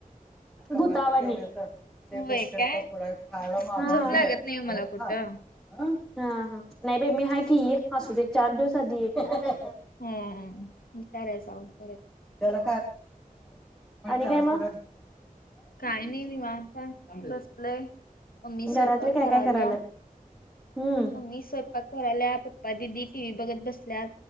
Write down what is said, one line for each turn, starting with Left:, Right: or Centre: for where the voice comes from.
Centre: भूतावानी. ते
Left: होय
Centre: बिस्किट
Left: काय
Centre: तर पुढ खायला माग
Left: झोप लागत
Centre: घे अ
Left: नाही मला कुठं
Centre: खा हा हा. नाही बाई मी हाय की ते. असू दे चार दिवस आधी ये काय.
Left: हम्म हुशार ह्यासा हुशार ह्यासा.
Centre: आणि काय मग.
Left: काही नाही निवांत हाय बसलोय. मम्मी स्वयंपाक
Centre: घरातले काय
Left: कराल्या.
Centre: काय करायला हम्म
Left: मम्मी स्वयंपाक कराल्या पप्पा दिदी टी व्ही बघत बसल्यात